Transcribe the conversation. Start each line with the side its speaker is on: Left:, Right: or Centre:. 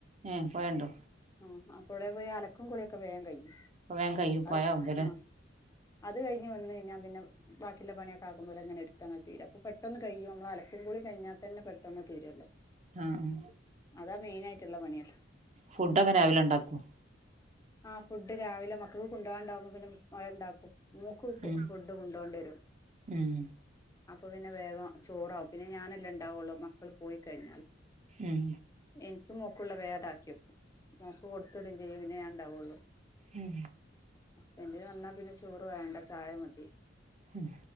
Right: ഏഹ് പോയണ്ടോ
Left: ആ അപ്പടെ പോയി അലക്കും കുളിയൊക്കെ വേം കഴിയും
Right: വേം കയ്യും
Left: അ
Right: പോയാവുമ്പല്ലേ
Left: ആ അത് കഴിഞ് വന്നു കഴിഞ്ഞാൻ പിന്നെ ബാക്കിയുള്ള പണിയൊ ആക്കുമ്പോ അങ്ങനെ എടുങ്ങ തീരും അപ്പ പെട്ടന്ന് കിയോ നമ്മള് അലക്കും കൂളി കഴിഞാൽ തന്നെ പെട്ടോന്നന്ന് തീരുല്ലോ
Right: ആഹ്
Left: അതാ മെയിനായിട്ടുള്ള പണിയാല്ലേ
Right: ഫുഡ്ക്കെ രാവില ഉണ്ടാക്കും
Left: ആഹ് ഫുഡ് രാവിലെ മക്കക്ക് കൊണ്ട്പോകാണ്ടാവുമ്പോ പിന്നെ മയണ്ടാക്കും മൂക്ക്
Right: ഉം
Left: ഫുഡ് കൊണ്ടോണ്ട വരും
Right: ഉം
Left: അപ്പൊ പിന്നെ വേഗം ചോറാവും പിന്നെ ഞാനെല്ലാം ഉണ്ടാവുള്ളു മക്കള് പോയി കഴിഞ്ഞാൽ
Right: ഉം
Left: എനിക്കും മോക്കുള്ള വേട ആക്കിയക്കും മോക്ക് കൊടുത്തിടയും ചെയ്യും പിനാണ്ടാവുള്ളു
Right: ഉം
Left: ഹസ്ബൻഡ് വന്നാൽ പിന്നെ ചോറ് വേണ്ട ചായ മതി
Right: ഉം